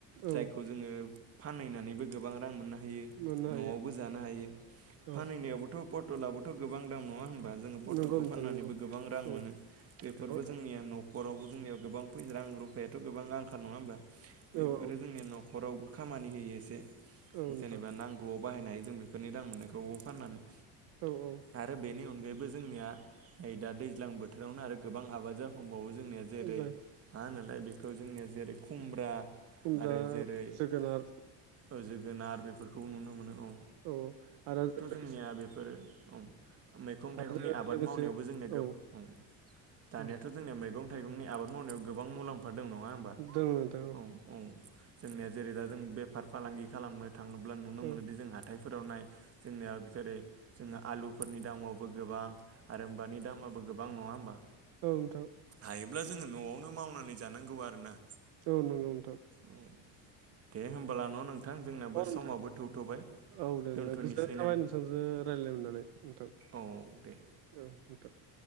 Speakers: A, on the right (about 80°); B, on the right (about 35°).
A: औ
B: जायखौ जोङो फानहैनानैबो गोबां रां मोननो हायो
A: मोननो हायो
B: न'आवबो जानो हायो।
A: औ
B: फानहैनायावबोथ' पटलाबोथ' गोबां दाम नङा होनबा? जोङो पटलखौ
A: नंगौ नोंथां
B: फाननानैबो
A: नंगौ
B: गोबां रां
A: औ
B: मोनो बेफोरबो
A: गोबां दङ
B: जोंनिया न' नखरावबो जोंनियाव गोबां फै रां रुफायाथ' गोबां आंखाल नङा होमबा
A: औ
B: बेफोरो
A: औ
B: जोंनि न' खरावबो खामानि होयो एसे
A: औ नोंथां
B: जेनेबा नांगौआव बाहायनाय जों बेफोरनि रां मोननायखौ फाननानै
A: औ औ।
B: आरो बेनि अनगायैबो जोंनिया नै दा दैज्लां बोथोरावनो आरो गोबां आबाद जा हमबाबो जोंनिया जेरै
A: जाय
B: मा होनोलाय बेखौ जोंनिया जेरै खुमब्रा
A: खुमब्रा
B: आरो जेरै ओ
A: जोगोनार
B: जोगोनार बेफोरखौ नुनो मोनो औ।
A: औ आरो जों लोगो
B: जोंनिया बेफोरो ओं मैगं थाइगंनि
A: आरो जों
B: आबाद
A: लोगोसे
B: मावनायावबो जोंनिया
A: औ
B: गोब ओं। दानियाथ'
A: औ
B: जोंनिया मैगं थाइगंनि आबाद मावनायाव गोबां मुलाम्फा दं नङा होमबा?
A: दङ नोंथां
B: औ औ। जोंनिया जेरै दा जों बेफार फालांगि खालामनो थाङोब्ला नुनो
A: औ
B: मोनोदि जों हाथाइफोराव नाय जोंनिया जेरै जोङो आलुफोरनि दामावबो गोबां आरोमबानि दामाबो गोबां नङा होमबा?
A: ओं नोंथां।
B: हायोब्ला जोङो न'आवनो मावनानै जानांगौ आरोना।
A: औ नंगौ नोंथां।
B: औ दे होमब्ला न' नोंथां जोंनाबो
A: अ नोंथां
B: समाबो थौथ'बाय
A: औ दे
B: दोनथ'निसै।
A: नों गोजोननाय थाबाय नोंथांजों रायलायनो मोननानै नोंथां
B: औ दे।
A: औ नोंथां।